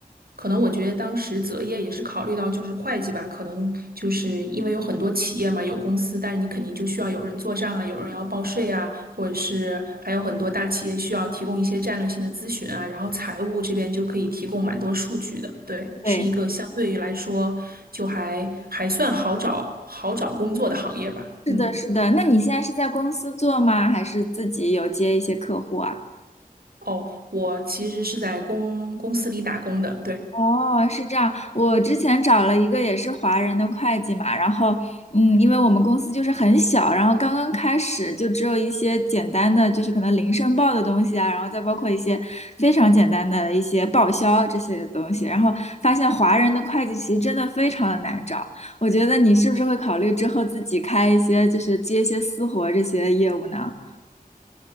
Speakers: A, on the right; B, on the left.
A: 可能我觉得当时择业也是考虑到就是会计吧，可能就是因为有很多企业嘛，有公司，但是你肯定就需要有人做账啊，有人要报税啊，或者是还有很多大企业需要提供一些战略性的咨询啊，然后财务这边就可以提供蛮多数据的，对，
B: 对，
A: 是一个相对于来说就还还算好找好找工作的行业吧，
B: 是的，
A: 嗯，
B: 是的。那你现在是在公司做吗？还是自己有接一些客户啊？
A: 哦，我其实是在公公司里打工的，对。
B: 哦，是这样。我之前找了一个也是华人的会计嘛，然后，嗯，因为我们公司就是很小，然后刚刚开始就只有一些简单的，就是可能零申报的东西啊，然后再包括一些非常简单的一些报销这些东西，然后发现华人的会计其实真的非常的难找。我觉得你是不是会考虑之后自己开一些，就是接一些私活这些业务呢？